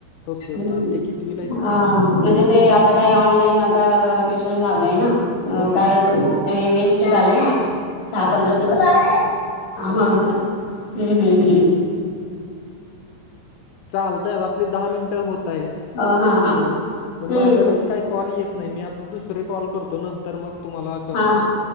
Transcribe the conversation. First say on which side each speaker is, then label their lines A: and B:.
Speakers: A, on the left; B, on the left.
A: ओके ओके
B: हं
A: ते कितवीला आहेत?
B: आ. म्हणजे ते आता काय ऑनलाईन आता ट्युशन लावलंय ना. अ
A: ओके
B: काय
A: ओके
B: गो
A: ओके
B: वेस्ट झालं ना दहा
A: हम्म.
B: पंधरा दिवस हा म्हणून.
A: बरोबर बरोबर हम्म.
B: हं हं हं हं.
A: चालतंय, आता आपले दहा मिनिटं होत आहेत.
B: हा हा हा
A: तर
B: ठीक
A: माझ्याकडून काही कॉल येत नाही मी आता दुसरे कॉल करतो नंतर मग तुमला करतो
B: हा हा